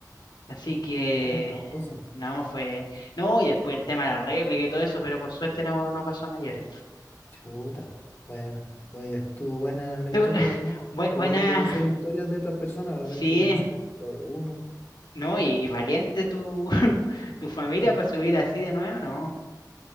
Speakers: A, on the left (about 75°); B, on the left (about 30°).
A: Así que
B: No, espantoso.
A: no fue. No, y después el tema de la réplica y todo eso, pero por suerte no, no pasó a mayores.
B: Chuta. Bueno, oye, estuvo buena la
A: Tú-
B: historia
A: <laughs>
B: de Mo.
A: bu-
B: Qué
A: Buena,
B: bueno conocer historias de otras personas. Realmente
A: sí,
B: uno se queda con lo de uno.
A: no, y, y valiente tu, <laughs> tu familia
B: Sí.
A: para subir así de nuevo, no.